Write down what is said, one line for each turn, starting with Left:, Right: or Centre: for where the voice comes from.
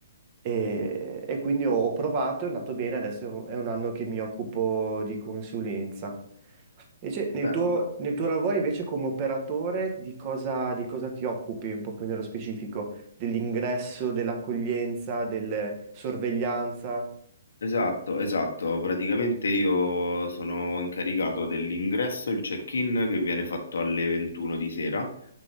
Right: E,
Left: mhm,
Right: e quindi ho, ho provato, è andato bene, adesso è un, è un anno che mi occupo di consulenza. Invece,
Left: Bello.
Right: nel tuo, nel tuo lavoro invece come operatore di cosa, di cosa ti occupi un po' più nello specifico? Dell'ingresso, dell'accoglienza, del sorveglianza?
Left: Esatto, esatto. Praticamente io sono incaricato dell'ingresso, il check-in che viene fatto alle 21 di sera